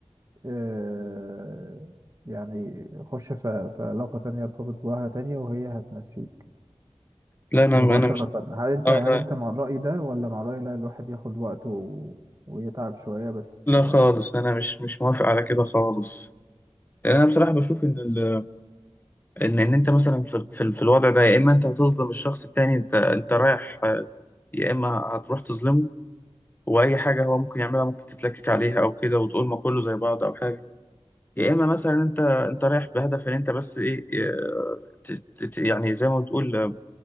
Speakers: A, on the right; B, on the left.
A: آه يعني خش في في علاقه تانية ارتبط بواحده تانية وهي هتنسيك
B: لا أنا
A: مباشرة
B: أنا مش
A: هل انت
B: آه
A: هل
B: لا
A: انت مع الرأي ده ولا مع الرأي لا الواحد ياخد وقته و... ويتعب شوية بس
B: لا
A: آه،
B: خالص أنا مش مش موافق على كده خالص لأن أنا بصراحة بشوف إن ال... إن إن أنت مثلا في في, ال- في الوضع ده يا إما أنت هتظلم الشخص التاني أنت أنت رايح آه، يا إما هتروح تظلمه وأي حاجة هو ممكن يعملها ممكن تتلكك عليها أو كده وتقول ما كله زي بعض أو حاجة يا اما مثلا انت انت رايح بهدف ان انت بس ايه آه، ت- ت- يعني زي ما بتقول آه،